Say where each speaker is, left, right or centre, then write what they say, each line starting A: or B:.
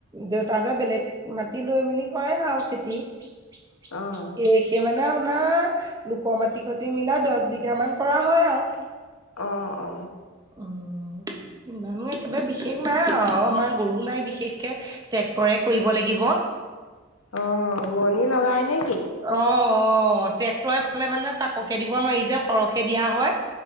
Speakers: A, on the right; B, on the left.
A: দেউতাহতে বেলেগ মাটি লৈ মেলি কৰে আৰু খেতি এ
B: অ',
A: খে মানে আপোনাৰ লোকৰ মাটি খতি মিলাই দছ বিঘা মান কৰা হয় আৰু
B: অ অ
A: অ ইমানো একেবাৰে বিশেষ নাই আও আমাৰ গৰু নাই বিশেষকে তয়ে কৰিব লাগিব
B: অ বনী লগাই নি
A: অ অ ট্ৰেক্টৰে কলে মানে তাক'কে দিব নোৱাৰি যে সৰহকে দিয়া হয়